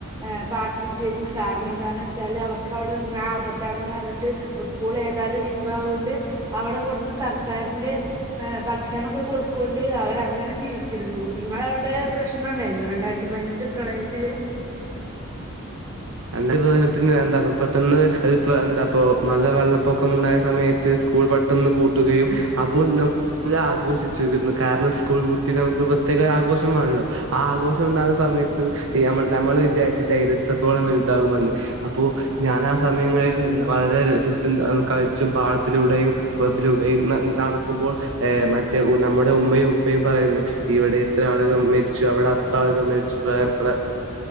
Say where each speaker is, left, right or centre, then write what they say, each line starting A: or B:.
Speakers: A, on the right (about 20°); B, on the right (about 70°).
A: ഏഹ് പാർപ്പിച്ചിര്ന്നു കാര്നന്താന്നച്ചാല് അവർക്ക് അവടെ നിന്നാ ആപത്താണെന്ന് പർഞ്ട്ട് ഉസ് സ്കൂൾ ഏതായാലും ലീവാവോണ്ട് അവടെ കൊടുന്ന് സർക്കാര്ന്റെ നേ ഭക്ഷ് ക്ഷണക്ക കൊട്കോണ്ട് അവരങ്ങനെ ജീവിച്ചിരുന്നു നിങ്ങളവടെ പ്രശ്നംണ്ടായിര്ന്നു രണ്ടായിരത്തി പൈന റ്റു പ്രളയത്തില് <unintelligible>
B: എന്റെ <unintelligible> എന്താ പെട്ടെന്ന് ഒര് പ്ര എന്താപോ നല്ല വെള്ളപ്പൊക്കം ഉണ്ടായ സമയത്ത് സ്കൂൾ ബട് ട്ടന്ന് പൂട്ടുകയും അപ്പോൾ ന്നും ല്ലാഘോഷിച്ചിരുന്നു കാര്നം സ്കൂൾ പൂട്ടി നമക്ക് പ്രത്യേക ആഘോഷമാൺല്ലോ ആഹ് ആഘോഷം ഉണ്ടാകുന്ന സമയത്ത് യമള് നമ്മള് വിചാര്ച്ചില്ല ഇത് എത്രത്തോളം വെൽതാകുമന്ന് അപ്പോ ഞാനാ സമയങ്ങളിൽ നിന്ന് വളരെ രസിസ്റ്റംന്താന്ന് കളിച്ചും പാടത്തിലൂടെയും കൊളത്തിലൂടെയും ന നടക്കുമ്പോൾ എഹ് മറ്റേ ഉ നമ്മുടെ ഉമ്മയും ഉപ്പയും പറയുന്നു ഇവടെ ത്ര ആളുകൾ മെരിച്ചു അവ്ടെ അത്ര ആളുകൾ മരിച്ചു പ്രായം പ്ല